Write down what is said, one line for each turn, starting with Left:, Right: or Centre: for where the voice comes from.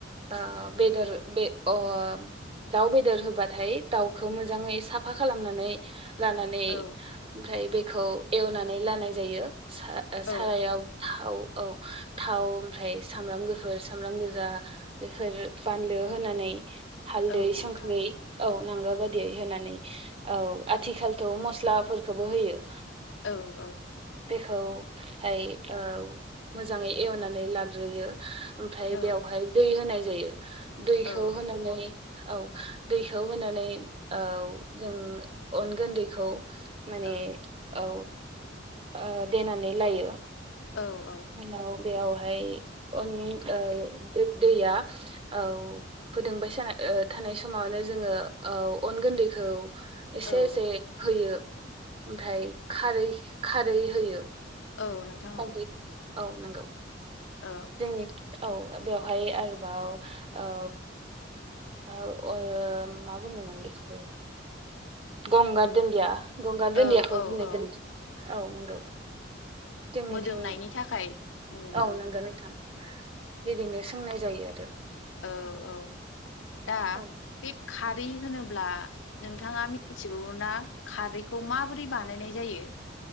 Right: ओ बेदर बे अ दाउ बेदर होबाथाय दाउखौ मोजाङै साफा खालामनानै लानानै
Left: औ
Right: ओमफ्राय बेखौ एवनानै लानाय जायो सा-सारायाव
Left: औ नोंथां
Right: थाव औ थाव ओमफ्राय सामब्राम गुफुर सामब्राम गोजा बेफोर बानलु होनानै हालदै
Left: औ
Right: संख्रै
Left: नोंथां
Right: औ नांगौ बादियै होनानै औ आथिखालथ' मस्लाफोरखौबो होयो
Left: औ औ
Right: बेखौ हाय औ मोजाङै एवनानै लाग्रोयो ओमफ्राय
Left: औ
Right: बेवहाय दै होनाय जायो दैखौ
Left: औ नोंथां
Right: होनानै औ दैखौ होनानै औ जों अनगोन गन्दैखौ माने
Left: औ
Right: औ ओ देनानै लायो
Left: औ औ
Right: उनाव बेयावहाय अन ओ दैया औ फोदुंबाय साना ओ थानाय समावनो जोङो औ अन गुन्दैखौ एसे
Left: औ
Right: एसे होयो ओमफ्राय खारै खारै होयो
Left: औ नोंथां
Right: हालदैखौ
Left: औ
Right: औ नंगौ
Left: औ
Right: जोंनि औ बेवहाय आरोबाव औ औ ओ मा बुंङोमोन बेखौ गंगार दुन्दिया गंगार
Left: औ
Right: दुन्दियाखौ
Left: औ
Right: होनोय
Left: औ
Right: जायो। औ नंगौ जोंनिथिं
Left: मोदोमनायनि थाखाय उम
Right: औ
Left: उम
Right: नंगो नोंथां बिदिनो सोंनाय जायो आरो
Left: ओ औ दा
Right: औ
Left: बे खारै होनोब्ला नोंथाङा मिथिगौ ना खारैखौ माबोरै बानायनाय जायो?